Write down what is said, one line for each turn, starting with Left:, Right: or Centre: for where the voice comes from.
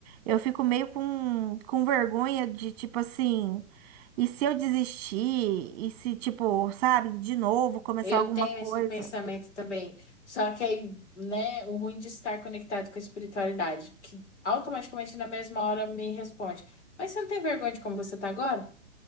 Right: Eu fico meio com, com vergonha de tipo assim, e se eu desistir? E se, tipo, sabe, de novo começar
Left: Eu
Right: alguma
Left: tenho
Right: coisa?
Left: esse pensamento também. Só que aí, né, o ruim de estar conectado com a espiritualidade, que automaticamente na mesma hora me responde: Mas você não tem vergonha de como você tá agora?